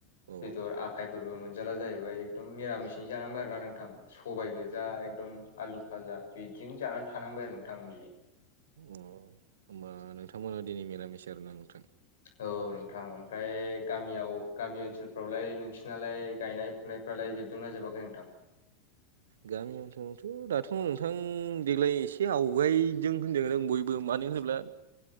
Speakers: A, on the right (about 70°); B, on the left (about 70°).
A: अ
B: बेदर आखाय फोरबो मोनजाला जाहैबाय। एकदम मिरामिसिनि जानांबाय आरोोना नोंथां सबाय गोजा एकदमृ आलु भाजा बिदिनो जानानै थानांबाय आरो नोंथां दिनै।
A: अ' होमबा नोंथां मोनना दिनै मिरामिस आरो ना नोंथां।
B: औ नोंथां ओमफ्राय गामियाव गामि ओनसोलफ्रावलाय नोंसिरनालाय गायनाय फुनायफ्रालाय जोबदोंना जोबाखै नोंथां?
A: गामि ओनसोलावथ' दाथ' नोंथां देग्लाय एसे आवगायदों होनदों बयबो मानो होनोब्ला